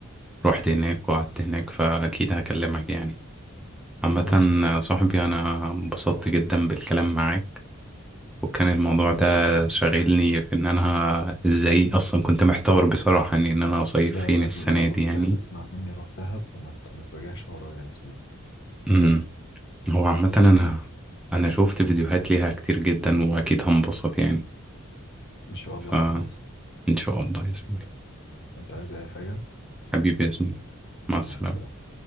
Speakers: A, in the centre; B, on the left.
A: رحت هناك وقعدت هناك فأكيد هكلمك يعني عامة
B: خلاص ماشي يا
A: صاحبي
B: صديقي
A: أنا انبسطت جدا بالكلام معاك وكان الموضوع
B: حبيبي
A: ده
B: يا زميلي
A: شاغلني في إن أنا إزاي أصلا كنت محتار بصراحة إن إن أنا أصيف
B: لا
A: فين
B: لا
A: السنة
B: لا روح
A: دي يعني
B: دهب اسمع مني روح دهب وما ت- ما تراجعش ورايا يا زميلي
A: أمم. هو عامة
B: خلصة
A: أنا
B: معاك
A: أنا شوفت فيديوهات ليها كتير جدا وأكيد هنبسط يعني
B: ان شاء الله
A: فإن
B: هتنبسط
A: شاء الله يا زميلي
B: انت عايز اي حاجة
A: حبيبي يا زميلي مع السلامة
B: مع السلامة